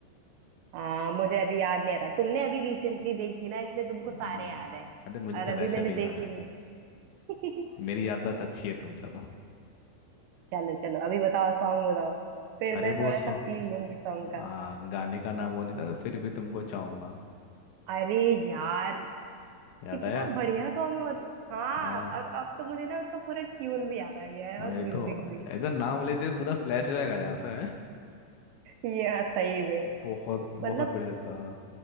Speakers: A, on the right; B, on the left.
A: हाँ मुझे अभी याद नहीं आ रहा तुमने अभी रिसेंटली देखी ना इसलिए तुमको
B: हम्म,
A: सारे याद है
B: अरे मुझे
A: और
B: तो वैसे
A: अभी मैंने
B: भी याद
A: देखी
B: है
A: नहीं <laughs>
B: मेरी याददाश्त अच्छी है तुमसे तो
A: चलो चलो अभी बताओ सॉन्ग बताओ फिर
B: अरे
A: मैं
B: वो
A: थोड़ा
B: सॉन्ग
A: सा फील लूंगी सॉन्ग
B: आ,
A: का
B: गाने का नाम वो नहीं था तो फिर भी तुमको चाहूंगा
A: अरे यार
B: याद
A: कितना
B: आया
A: बढ़िया सॉन्ग है मतलब हाँ
B: आ,
A: और अब तो मुझे ना उसका पूरा ट्यून भी याद आ गया है और
B: ये
A: म्यूजिक
B: तो
A: भी
B: ऐसा नाम लेते ही पूरा फ्लैशबैक आ जाता है
A: ये हाँ, सही में
B: बहुत बहुत
A: मतलब
B: बढ़िया था